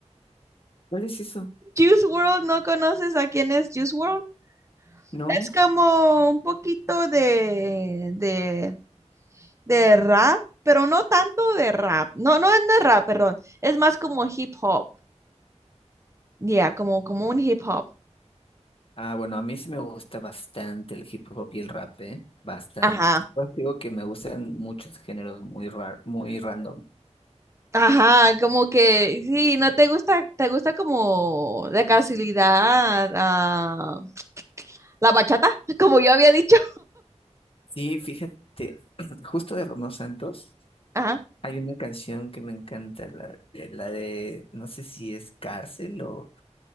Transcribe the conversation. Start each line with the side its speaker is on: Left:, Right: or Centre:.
Left: ¿Cuál es eso?
Right: Juice World, ¿no conoces a quién es Juice World?
Left: No,
Right: Es como un poquito de, de, de rap, pero no tanto de rap. No, no, es de rap, perdón. Es más como hip hop. Ya, como, como un hip hop.
Left: Ah, bueno, a mí sí me gusta bastante el hip hop y el rap, ¿eh? Bastante.
Right: Ajá.
Left: Pues digo que me gustan muchos géneros muy rar, muy random.
Right: Ajá, como que sí, no te gusta, te gusta como la casualidad, ah, la bachata, <laughs> como yo había dicho.
Left: Sí, fíjate, <clears throat> justo de Romeo Santos
Right: Ajá,
Left: hay una canción que me encanta, la, eh, la de, no sé si es cárcel o,